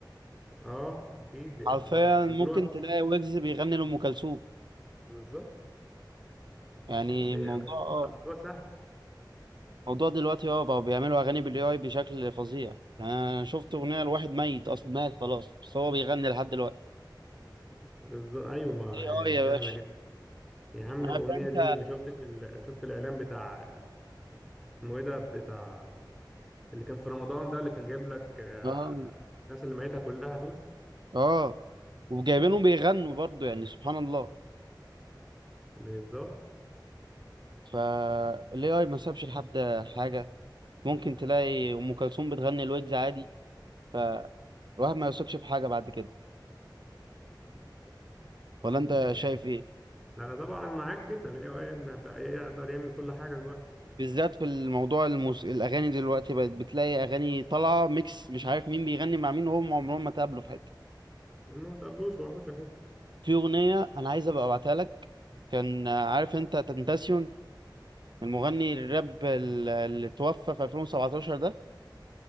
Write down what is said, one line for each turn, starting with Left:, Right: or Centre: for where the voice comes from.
Centre: اه اكيد يعني
Right: حرفيا
Centre: آه،
Right: ممكن
Centre: عملوها كتير
Right: تلاقي ويجز بيغني لام كلثوم
Centre: بالظبط
Right: يعني
Centre: يعني دي-
Right: موضوع اه
Centre: الموضوع سهل
Right: موضوع دلوقتي اه بقوا بيعملوا اغاني بالاي اي بشكل فظيع يعني انا شفت اغنيه لواحد ميت اصلا مات خلاص بس هو بيغني لحد دلوقتي
Centre: بالظبط ايوه ما
Right: اي
Centre: يعني
Right: اي يا
Centre: سهلة
Right: باشا
Centre: جدا يا عم
Right: عارف
Centre: الأغنية
Right: انت
Centre: ليه ما شفتش ال... شفت الإعلان بتاع اسمه ايه ده بتاع اللي كان في رمضان ده اللي كان جايب لك آه،
Right: اه
Centre: الناس اللي ميتها كلها دول
Right: اه وجايبينهم بيغنوا برضو يعني سبحان الله
Centre: بالظبط
Right: فالاي اي ما سابش لحد حاجه ممكن تلاقي ام كلثوم بتغني الويجز عادي فالواحد ما يثقش في حاجه بعد كده ولا انت
Centre: يعني
Right: شايف ايه
Centre: انا طبعا معاك جدا اللي هو إيه، ما بقى يقدر يعمل كل حاجة دلوقتي
Right: بالذات في الموضوع الموس... الاغاني دلوقتي بقت بتلاقي اغاني طالعه ميكس مش عارف مين بيغني مع مين وهم عمرهم ما تقابلوا في حته
Centre: هم ما تقابلوش وحوش في حتة
Right: في اغنيه انا عايز ابقى ابعتها لك كان عارف انت تنتاسيون المغني الراب ال- اللي توفى في 2017 ده